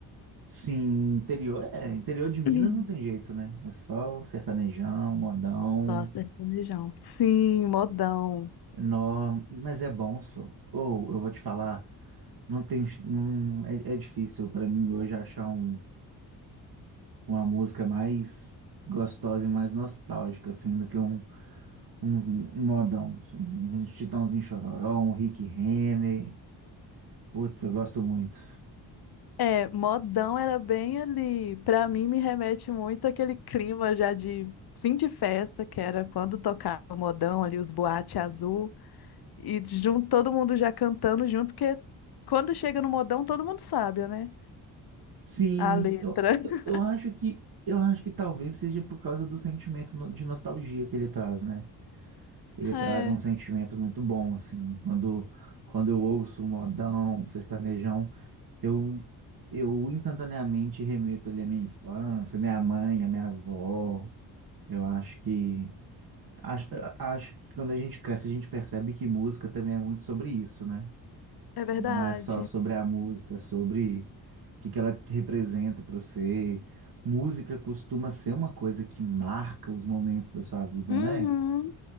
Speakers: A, on the right; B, on the left.
A: Sim, interior é. Interior de Minas
B: <clears throat>
A: não tem jeito, né? É só sertanejão, modão.
B: Nossa, sertanejão. Sim, modão.
A: Nó, mas é bom, só. Ou, eu vou te falar, não tem. Não, é, é difícil pra mim hoje achar um, uma música mais gostosa e mais nostálgica, assim, do que um, um, um modão. só. Um Chitãozinho Chororó, um Rick Renner. Putz, eu gosto muito.
B: É, modão era bem ali. Pra mim, me remete muito àquele clima já de fim de festa, que era quando tocava o modão ali, os boate azul. E junto, todo mundo já cantando junto, porque quando chega no modão, todo mundo sabe, né?
A: Sim,
B: A letra.
A: eu, eu,
B: <laughs>
A: eu acho que. Eu acho que talvez seja por causa do sentimento no- de nostalgia que ele traz, né? ele traz
B: É,
A: um sentimento muito bom, assim. Quando, quando eu ouço um modão, um sertanejão, eu, eu instantaneamente remeto ali à minha infância, minha mãe, à minha avó. Eu acho que. Acho, acho que quando a gente cresce, a gente percebe que música também é muito sobre isso, né?
B: é verdade.
A: Não é só sobre a música, é sobre o que que ela representa para você. Música costuma ser uma coisa que marca os momentos da sua vida,
B: Uhum.
A: né?